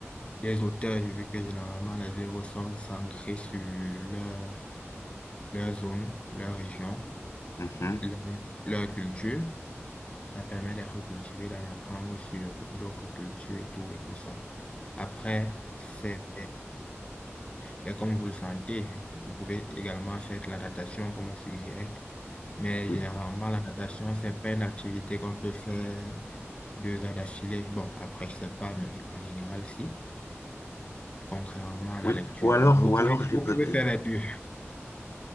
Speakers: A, on the left; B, on the left.
A: des auteurs, vu que généralement les œuvres sont centrées sur leur, leur zone, leur région,
B: Mhm.
A: leur, leur culture. Ça permet de recultiver, d'en apprendre sur d'autres cultures et tout, et tout ça. Après, c'est, c'est comme vous le sentez. Vous pouvez également faire de la natation, comme on suggérait. Mais
B: Oui.
A: généralement, la natation, c'est pas une activité qu'on peut faire deux heures d'affilée. Bon, après, je sais pas, mais en général, si. Contrairement à la
B: Oui.
A: lecture.
B: Ou alors,
A: Donc, vous
B: ou
A: pouvez,
B: alors, je
A: vous
B: vais peut-être,
A: pouvez faire les deux.